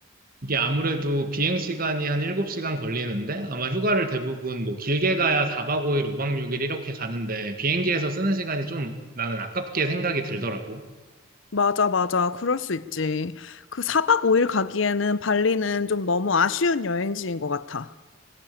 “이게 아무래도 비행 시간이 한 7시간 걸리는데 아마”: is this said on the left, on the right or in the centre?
Right